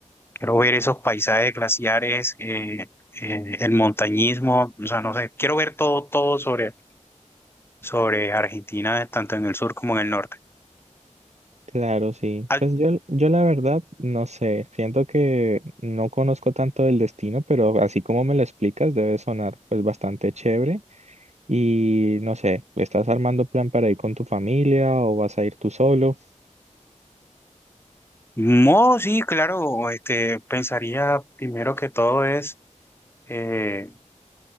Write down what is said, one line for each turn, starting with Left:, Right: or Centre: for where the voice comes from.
Left: quiero ver esos paisajes glaciares, eh, eh, el montañismo, o sea, no sé, quiero ver todo, todo sobre, sobre Argentina, tanto en el sur como en el norte.
Right: Claro, sí.
Left: Al,
Right: Pues yo, yo la verdad, no sé, siento que no conozco tanto del destino, pero así como me lo explicas, debe sonar pues bastante chévere. Y no sé, ¿estás armando plan para ir con tu familia o vas a ir tú solo?
Left: no, sí, claro, este, pensaría primero que todo es... eh,